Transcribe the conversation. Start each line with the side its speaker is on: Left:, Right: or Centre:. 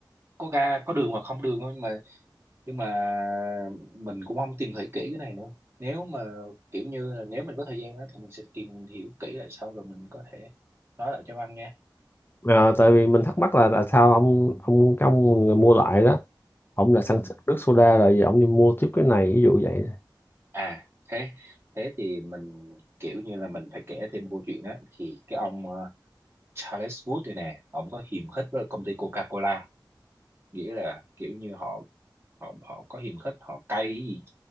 Right: có ga có đường hoặc không đường thôi nhưng mà nhưng mà mình cũng không tìm hiểu kỹ cái này nữa nếu mà kiểu như là nếu mình có thời gian đó, thì mình sẽ tìm hiểu kỹ lại sau rồi mình có thể nói lại cho Văn nha
Left: À, tại vì mình thắc mắc là tại sao ông ông cái ông người mua lại đó ông là sản
Right: ừ.
Left: xuất nước soda rồi giờ ông đi mua tiếp cái này ví dụ vậy
Right: à thế thế thì mình kiểu như là mình phải kể thêm câu chuyện đó thì cái ông ờ, Charles Wood đây nè ông có hiềm khích với công ty Coca-Cola nghĩa là kiểu như họ họ họ có hiềm khích họ cay cái gì